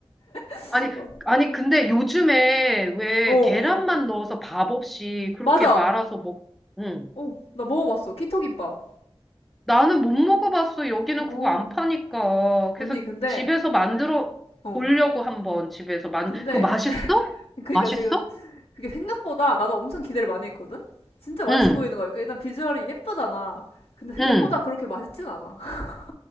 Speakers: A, on the left; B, in the centre.
A: <laughs>
B: 아니, 아니, 근데 요즘에 왜
A: 어, 어.
B: 계란만 넣어서 밥 없이 그렇게
A: 맞아.
B: 말아서 먹, 응.
A: 어, 나 먹어봤어. 키토김밥.
B: 나는 못 먹어봤어. 여기는
A: 어.
B: 그거 안 파니까. 그래서
A: 언니, 근데,
B: 집에서 만들어
A: 어,
B: 보려고 한번 집에서 만,
A: 근데,
B: 그거 맛있어?
A: <laughs> 그러니까
B: 맛있어?
A: 지금 그게 생각보다 나도 엄청 기대를 많이 했거든? 진짜 맛있어
B: 응,
A: 보이는 거야. 그 일단 비주얼이 예쁘잖아. 근데 생각보다
B: 응.
A: 그렇게 맛있진 않아. <laughs>